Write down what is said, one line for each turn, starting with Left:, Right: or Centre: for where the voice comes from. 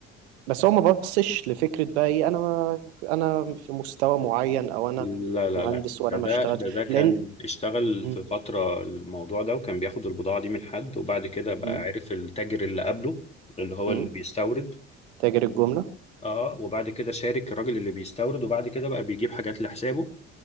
Right: بس هو ما بصش لفكرة بقى ايه انا انا في مستوى معين او انا
Left: لا لا
Right: مهندس
Left: لا ده
Right: وانا
Left: ده
Right: ما اشتغلش
Left: ده ده كان
Right: لان
Left: اشتغل
Right: مم.
Left: في فترة الموضوع ده وكان بياخد البضاعة دي من حد وبعد كده بقى
Right: مم.
Left: عرف التاجر اللي قبله اللي هو
Right: مم.
Left: اللي بيستورد
Right: تاجر الجملة
Left: اه وبعد كده شارك الراجل اللي بيستورد وبعد كده بقى بيجيب حاجات لحسابه